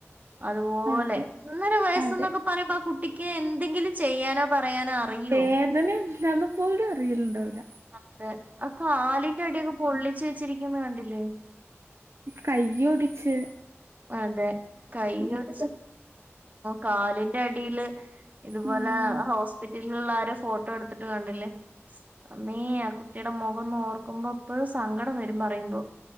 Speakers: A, on the right (about 35°); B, on the right (about 60°).
A: അതുപോലെ
B: അതെ
A: ഒന്നര വയസ്സന്നൊക്കെ
B: അതെ
A: പറയുമ്പ ആ കുട്ടിക്ക് എന്തെങ്കിലും ചെയ്യാനോ പറയാനോ അറിയോ
B: വേദന എന്തന്നന്ന് പോലും അറിയില്ലണ്ടാവില്ല.
A: അതെ ആ കാലിന്റെ അട്യൊക്കെ പൊള്ളിച്ച് വെച്ചിരിക്കുന്ന കണ്ടില്ലേ?
B: കയ്യോടിച്ച്
A: അതെ കൈയൊടിച്ച് കാലിന്റെ അടിയില് ഇതുപോലെ
B: ഉം
A: ഹോസ്പിറ്റലിൽ ഉള്ള ആരോ ഫോട്ടോ എടുത്തിട്ട് കണ്ടില്ലേ? അമ്മീ ആ കുട്ടിയുടെ മുഖം നോർക്കുമ്പോ എപ്പ സങ്കടം വരും പറയുമ്പോ.